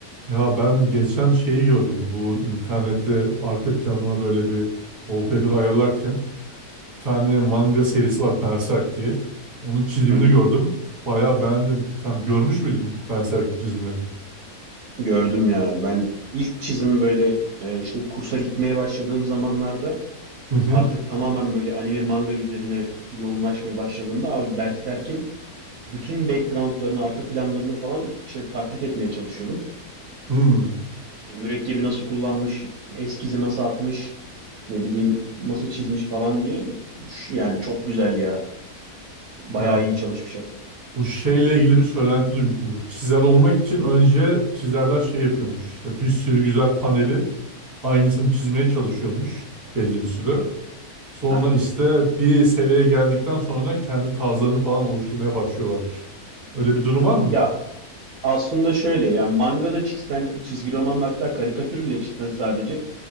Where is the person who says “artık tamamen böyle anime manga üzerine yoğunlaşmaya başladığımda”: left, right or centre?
Right